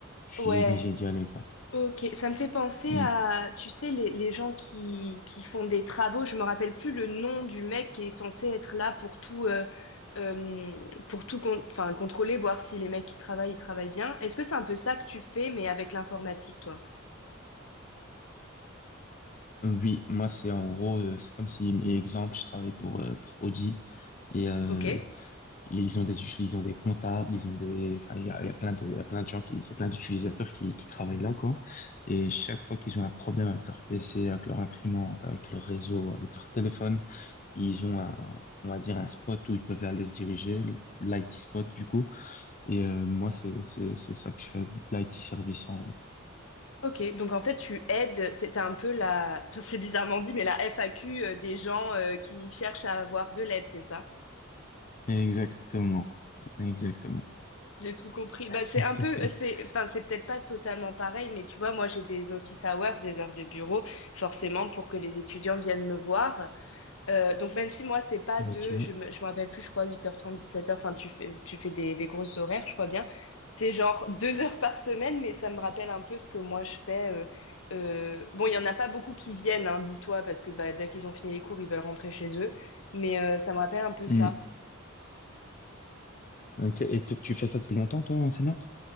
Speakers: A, on the left (about 40°); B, on the left (about 70°).
A: Je suis
B: Ouais.
A: obligé d'y aller, quoi.
B: Ok. Ça me fait penser
A: Mm.
B: à, tu sais, les, les gens qui, qui font des travaux, je me rappelle plus le nom du mec qui est censé être là pour tout, euh, euh, pour tout con- enfin, contrôler, voir si les mecs qui travaillent, ils travaillent bien. Est-ce que c'est un peu ça que tu fais, mais avec l'informatique, toi?
A: Oui, moi, c'est en gros, euh, c'est comme si, exemple, je travaille pour, euh, pour Audi et euh,
B: Ok,
A: ils ont des, ils ont des comptables, ils ont des, enfin, il y a, il y a plein de, il y a plein de gens qui, il y a plein d'utilisateurs qui, qui travaillent là, quoi. Et chaque fois qu'ils ont un problème avec leur PC, avec leur imprimante, avec leur réseau, avec leur téléphone, ils ont un, on va dire, un spot où ils peuvent aller se diriger, l'IT spot, du coup. Et euh, moi, c'est, c'est, c'est ça que je fais, de l'IT service en gros.
B: ok. Donc en fait, tu aides, t'es t'es un peu la, enfin, c'est bizarrement dit, mais la FAQ euh, des gens euh, qui cherchent à avoir de l'aide, c'est ça?
A: Exactement. Exactement.
B: J'ai tout compris. Bah,
A: <laughs>
B: c'est un peu, euh, c'est, enfin, c'est peut-être pas totalement pareil, mais tu vois, moi, j'ai des office hours, des heures de bureau, forcément, pour que les étudiants viennent me voir. Euh, donc même si moi c'est pas de,
A: Ok.
B: je me, je me rappelle plus, je crois 8h30, 17h, enfin tu fais, tu fais des, des grosses horaires, je crois bien. C'est genre <laughs> deux heures par semaine, mais ça me rappelle un peu ce que moi je fais. euh, euh, Bon, il y en a pas beaucoup qui viennent, hein, dis-toi, parce que bah, dès qu'ils ont fini les cours, ils veulent rentrer chez eux. Mais euh, ça me rappelle un peu ça.
A: Hmm. Ok. Et t- tu fais ça depuis longtemps, toi, enseignante?